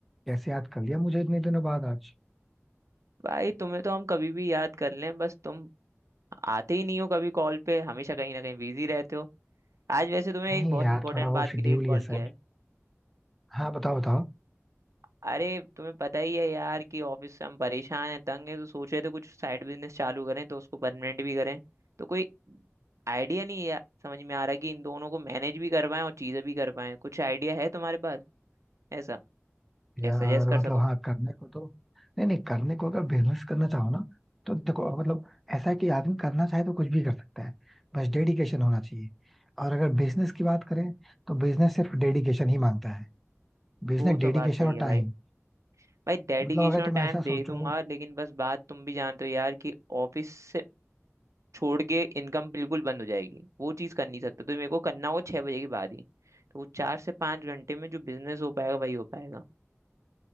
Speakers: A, in the centre; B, on the right.
A: कैसे याद कर लिया मुझे इतने दिनों बाद आज
B: भाई तुम्हें तो हम कभी भी याद कर लें बस तुम आते ही नहीं हो कभी कॉल पे हमेशा कहीं ना कहीं बिजी रहते हो आज वैसे तुम्हें
A: नहीं
B: एक बहुत
A: यार
B: इंपॉर्टेंट
A: थोड़ा
B: बात
A: वो शेड्यूल
B: के लिए
A: ही
B: कॉल
A: ऐसा
B: किया
A: है
B: है
A: हाँ बताओ बताओ
B: अरे तुम्हें पता ही है यार कि ऑफिस से हम परेशान हैं तंग हैं तो सोच रहे थे कुछ साइड बिजनेस चालू करें तो उसको परमानेंट भी करें तो कोई आइडिया नहीं है समझ में आ रहा कि इन दोनों को मैनेज भी कर पाएं और चीज़ें भी कर पाएं कुछ आइडिया है तुम्हारे पास ऐसा
A: यार
B: या सजेस्ट कर
A: मतलब
B: सको
A: हाँ करने को तो नहीं नहीं करने को अगर बिजनेस करना चाहो ना तो देखो मतलब ऐसा है कि आदमी करना चाहे तो कुछ भी कर सकता है बस डेडिकेशन होना चाहिए और अगर बिजनेस की बात करें तो बिजनेस सिर्फ डेडिकेशन ही मांगता है बिजनेस
B: वो तो
A: डेडिकेशन
B: बात सही
A: और
B: है
A: टाइम
B: भाई भाई डेडिकेशन
A: मतलब अगर
B: और
A: तुम
B: टाइम
A: ऐसा
B: दे
A: सोचो
B: दूंगा लेकिन बस बात तुम भी जानते हो यार कि ऑफिस से छोड़ के इनकम बिल्कुल बंद हो जाएगी वो चीज़ कर नहीं सकता तो मेरे को करना होगा छः बजे के बाद ही तो वो चार से पाँच घंटे में जो बिजनेस हो पाएगा वही हो पाएगा